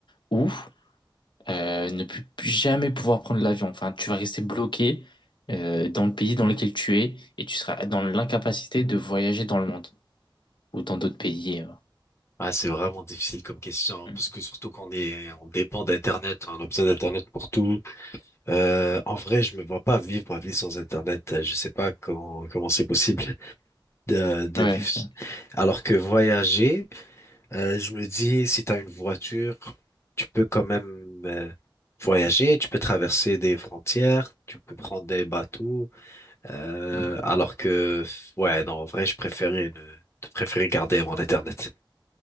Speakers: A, on the left; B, on the left.
A: ou euh, ne plus plus jamais pouvoir prendre l'avion. Enfin, tu vas rester bloqué euh, dans le pays dans lequel tu es et tu seras dans l'incapacité de voyager dans le monde ou dans d'autres pays. euh.
B: Ah, c'est vraiment difficile comme question,
A: Mm.
B: parce que surtout qu'on est, on dépend d'Internet, on a besoin d'Internet pour tout. Euh, en vrai, je me vois pas vivre ma vie sans Internet. Je sais pas comment, comment c'est possible <laughs> de, de
A: Ouais,
B: vivre.
A: ok.
B: Alors que voyager, Euh, je me dis, si tu as une voiture, tu peux quand même euh, voyager, tu peux traverser des frontières, tu peux prendre des bateaux. euh,
A: Mm.
B: alors que, ouais, non, en vrai, je préférais, ne, je préférais garder mon Internet.